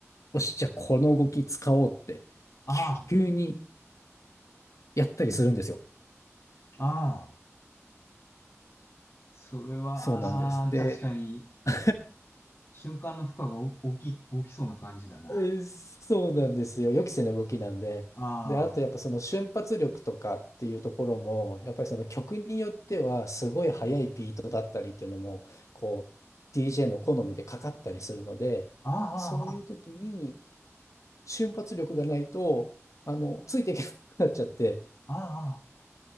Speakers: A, on the left (about 80°); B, on the left (about 50°).
A: よし、じゃあこの動き使おうって、
B: あ
A: 急にやったりするんですよ。
B: あ、ああ、それは、
A: そうなんです。
B: ああ確かに、
A: で、<laughs>
B: 瞬間の負荷がお大きい、大きそうな感じだな。
A: えーそうなんですよ。予期せぬ動きなんで。
B: あ
A: で、あとやっぱその瞬発力とかっていうところも、やっぱりその曲によってはすごい速いビートだったりっていうのも、こう、DJ の好みでかかったりするので、
B: あ、
A: そういう時に
B: ああ、
A: 瞬発力がないと、あの、ついていけなくなっちゃって、
B: ああ、ああ、